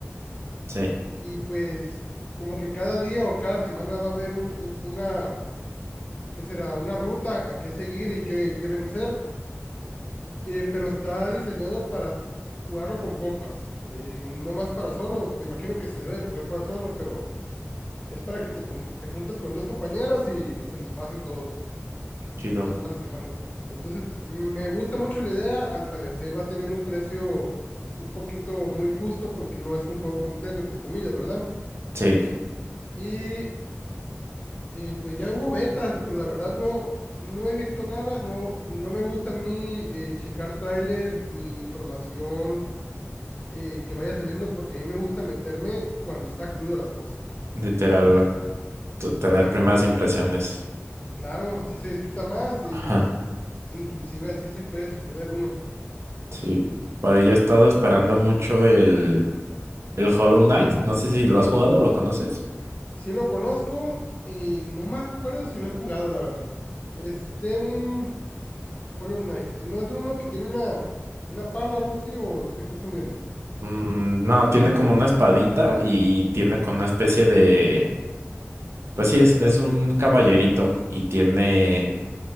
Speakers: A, on the right; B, on the left.
A: sí,
B: y pues como que cada día o cada semana va a haber un- un- una ¿qué será? Una ruta a qué seguir y qué, qué vencer. eh, pero está diseñado para jugarlo con compas, eh, no más para solo. Me imagino que se debe de poder jugar solo, pero es para que te, con- te juntes con dos compañeros y se los pasen todos, o
A: chido.
B: sea, todas las semanas. Entonces, me gusta mucho la idea. Al parecer va a tener un precio un poquito muy justo porque no es un juego completo, entre comillas, ¿verdad?
A: Sí.
B: Y eh, pues ya hubo betas, pero la verdad no, no he visto nada. No, no me gusta a mí eh, checar trailers ni información eh, que vaya saliendo porque a mí me gusta meterme cuando está crudo la cosa.
A: Literal, t- tener
B: Sí,
A: primeras impresiones.
B: claro, así se disfruta más y
A: Ajá,
B: inclusive así se puede sorprender uno.
A: sí. Pero yo he estado esperando mucho el, el Hollow Knight. No sé si lo has jugado, ¿lo conoces?
B: Si lo conozco, eh, no me acuerdo si lo he jugado, la verdad. Es de un Hollow Knight, eh, no es de uno que tiene una, una pala o algo así o lo estoy confundiendo.
A: Mm, no, tiene como una espadita y tiene como una especie de... Pues sí, es, es un caballerito y tiene